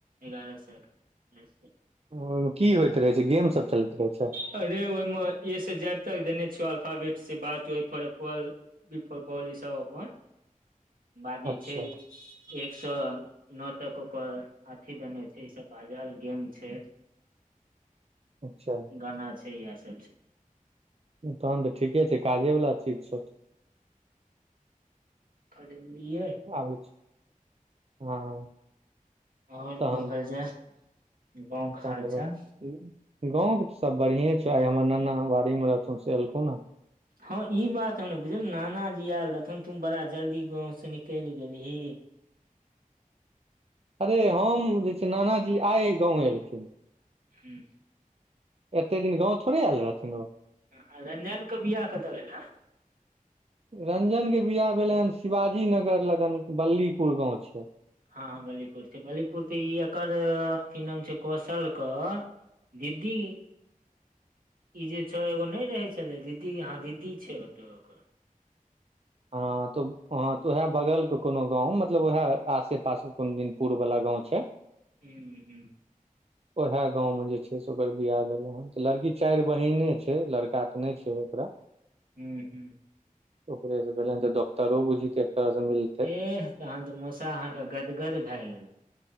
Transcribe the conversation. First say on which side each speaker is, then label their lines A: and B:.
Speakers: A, on the right; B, on the right.
A: एगारह शो क
B: ओहि मे की होइत रहे छै गेम सब चलैत रहै छै
A: अरे ओहि मे ए से जेड तक देने छिय अल्फाबेट से बात से ए फोर पर एप्पल बी फोर बाॅल ई सब अपन बाजै
B: अच्छा
A: छै एक सए नओ तक ओकर अथी देने छै ई सब बाजल गेल छै
B: अच्छा
A: गाना छै इएह सब छै
B: तहन तऽ ठीके छै कागजेवला चीज छौ
A: खरीदलीयै
B: आबे छिये हँ
A: आओर
B: तहन
A: कहल जाय गाँंव के
B: चल
A: हाल
B: <unintelligible> बइ
A: चाल
B: गाँंवके सॅं त सब बढ़िए छौ आइ हमर नाना बाड़ी मे रहथुन से एलखुने
A: हँ ई बात हम बुझल नाना जी आयल रहथुन तुम बड़ा जल्दी गाँव से निकलि गेलही
B: अरे हम जे छै नानाजी आय गाँंव एलखिन
A: ह्म
B: एते दिन गाँव थोड़े आयल रहथिन ओ
A: ह रंजन क बियाह कतऽ भेलैए
B: रंजन के बियाह भेलै हन शिवाजी नगर लगन बल्लीपुर गाँव छै
A: हँ बल्लीपुर छै बल्लीपुर तऽ ई एकर की नाम छै कौशल क दीदी ई जे छौ एगो नहि रहे छले दीदी या दीदी छै ओत ओकर
B: हँ तऽ हह तऽ उएह बगल के कोनो गाँव मतलब उएहे आसे पास कोन दिनपुर वाला गाँंव छै
A: हूं हूं
B: <unintelligible> ओहे गाँंव में जे छै से ओकर बियाह भेले हन त लड़की चार बहिने छै लड़का तऽ नहि छै ओकरा
A: हू हू
B: ऊहे से भेलैन त डॉक्टरों बुझित एकतरह से मिल
A: एह तहन तऽ मौसा अहाँके गदगद भए गेल